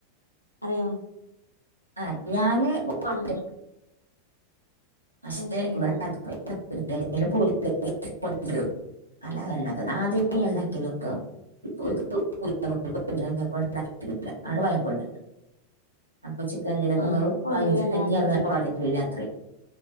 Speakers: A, on the left (about 85°); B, on the right (about 85°).
A: അറിയോ
B: ആഹ് ഞാന് പോണ്ട
A: ആഹ്
B: പക്ഷെ
A: അത് ശരി
B: ഇവിടെ <unintelligible> അല്ലാതെ ഉണ്ടാക്ക ആദ്യം
A: ആ
B: ഉണ്ടാക്കി നുട്ടോ <unintelligible> വാങ്ങിക്കൊണ്ട് <unintelligible>
A: ആ അപ്പൊ പൊതുവിൽ
B: വങ്ങിച്ചുണ്ടങ്കി
A: എല്ലാരും
B: കൊറക്ക് രാത്രി <unintelligible>